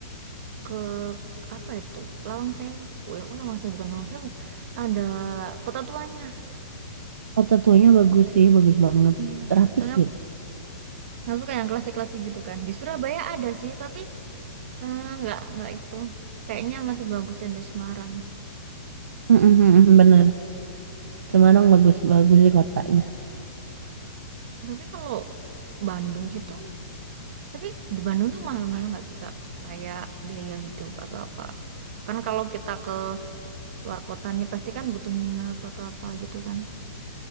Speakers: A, on the right; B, on the right.
A: Ke apa itu? Lawang Sewu. Ya, oh, Lawang Sewu bukan Lawang Sewu. Ada kota tuanya.
B: Kota tuanya bagus sih, bagus banget.
A: Ya.
B: Rapih
A: Soalnya
B: gitu.
A: nggak suka yang klasik-klasik gitu kan. Di Surabaya ada sih, tapi eh, nggak nggak itu. Kayaknya masih bagus yang di Semarang.
B: Mm-mm, bener. Semarang bagus-bagus sih kotanya.
A: Tapi kalau Bandung gitu, tapi di Bandung tuh mahal-mahal nggak sih Kak? Kayak biaya hidup atau apa? Kan kalau kita ke luar kotanya pasti kan butuh nginep atau apa gitu kan.